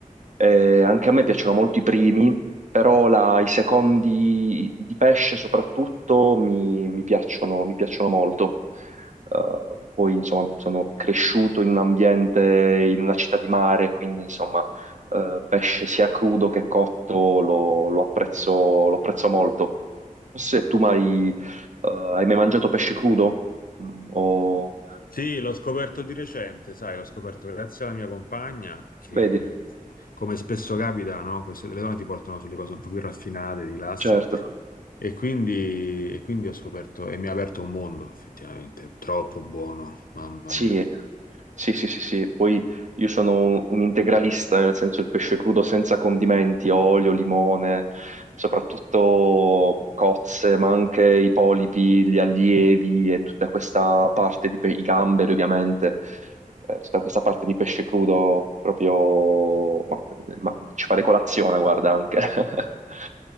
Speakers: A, on the right (about 55°); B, on the left (about 80°).
A: Eh, anche a me piacciono molto i primi, però la- i secondi di pesce soprattutto mi, mi piacciono, mi piacciono molto. Eh, poi, insomma, sono cresciuto in un ambiente, in una città di mare, quindi, insomma, eh, pesce sia crudo che cotto lo, lo apprezzo, lo apprezzo molto. Non so se tu mai eh, hai mai mangiato pesce crudo? Mm, o...
B: Sì, l'ho scoperto di recente, sai, l'ho scoperto grazie alla mia compagna che,
A: Vedi,
B: come spesso capita, no? Queste le donne ti portano sulle cose un po' più raffinate, di classe.
A: certo.
B: E quindi, e quindi ho scoperto, e mi ha aperto un mondo, effettivamente, troppo buono, mamma
A: Sì,
B: mia.
A: sì, sì, sì, sì. Poi io sono un, un integralista, nel senso il pesce crudo senza condimenti, olio, limone, soprattutto cozze, ma anche i polipi, gli allievi e tutta questa parte di pe- i gamberi, ovviamente. Eh, Tutta questa parte di pesce crudo proprio ma, ma ci fare colazione, guarda anche. <laughs>